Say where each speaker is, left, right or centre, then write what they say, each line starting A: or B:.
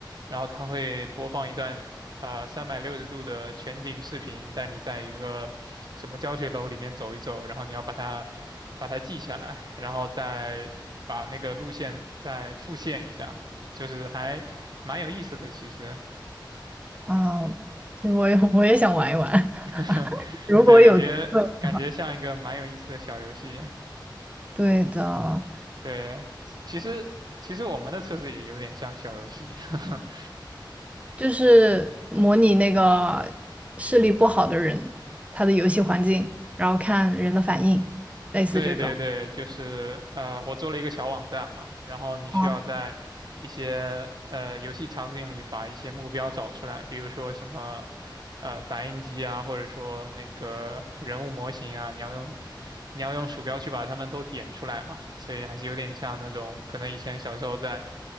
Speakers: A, on the right; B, on the right.
A: 然后它会播放一段呃三百六十度的全景视频，带你在一个什么教学楼里面走一走，然后你要把它把它记下来，然后再把那个路线再复现一下，就是还蛮有意思的，其实，
B: 啊，其实我也我也想玩一玩，<laughs>
A: <laughs>
B: 如果有机会。
A: 对，感觉感觉像一个蛮有意思的小游戏，
B: 对的，
A: 对，其其实其实我们的测试也有点像小游戏，<laughs>
B: 就是模拟那个视力不好的人，他的游戏环境，然后看人的反应，类似这种。
A: 对对对，就是呃，我做了一个小网站嘛，然后你需要在一些呃游戏场景里把一些目标找出来，
B: 啊
A: 比如说什么呃打印机啊，或者说那个人物模型啊，你要用你要用鼠标去把它们都点出来嘛，所以还是有点像那种可能以前小时候在